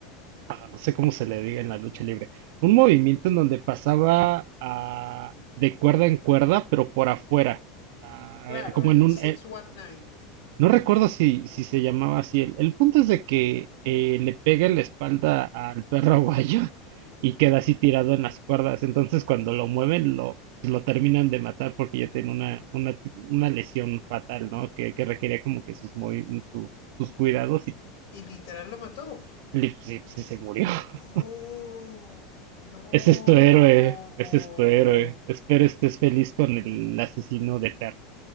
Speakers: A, on the right; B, on the left.
A: ah, no sé cómo se le diga en la lucha libre, un movimiento en donde pasaba ah, de cuerda en cuerda, pero por afuera, ah,
B: claro,
A: como
B: el
A: en un,
B: 619.
A: eh, no recuerdo si, si se llamaba así. El, el punto es de que eh, le pega en la espalda al perro aguayo <laughs> y queda así tirado en las cuerdas. Entonces, cuando lo mueven, lo, lo terminan de matar porque ya tiene una, una, una lesión fatal, ¿no? Que, que requería como que sus, movi- sus, sus cuidados y
B: Y literal lo mató.
A: le- sí, sí se murió. <laughs>
B: ¡Oh! ¡No!
A: Ese es tu héroe, ese es tu héroe. Espero estés feliz con el asesino de perro.